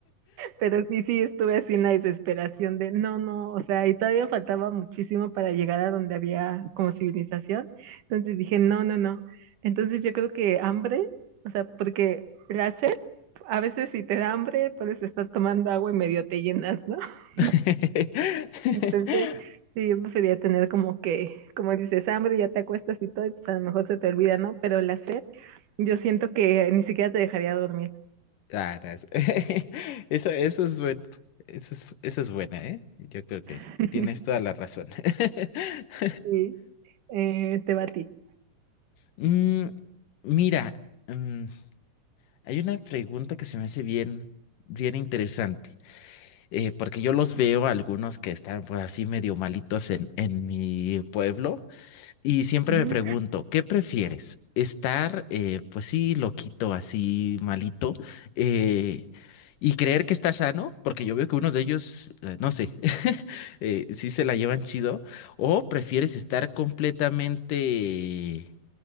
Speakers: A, on the right; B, on the left.
A: Pero sí, sí, estuve así en la desesperación de no, no, o sea, y todavía faltaba muchísimo para llegar a donde había como civilización. Entonces dije, no, no, no. Entonces yo creo que hambre, o sea, porque la sed, a veces si te da hambre, puedes estar tomando agua y medio te llenas, ¿no? <laughs>
B: <laughs>
A: Entonces, sí, yo prefería tener como que, como dices, hambre, ya te acuestas y todo, y pues a lo mejor se te olvida, ¿no? Pero la sed, yo siento que ni siquiera te dejaría dormir.
B: Ah, no, es- <laughs> Eso, eso es bueno, eso es, eso es buena, ¿eh? Yo creo que
A: <laughs>
B: tienes toda la razón. <laughs>
A: Sí, eh, te va a ti.
B: Mm, mira, mm, Hay una pregunta que se me hace bien, bien interesante, eh, porque yo los veo a algunos que están pues así medio malitos en, en mi pueblo y siempre
A: Ujú.
B: me pregunto, ¿qué prefieres? ¿Estar eh, pues sí loquito, así malito eh, y creer que está sano? Porque yo veo que unos de ellos, eh, no sé, <laughs> eh, sí se la llevan chido, o prefieres estar completamente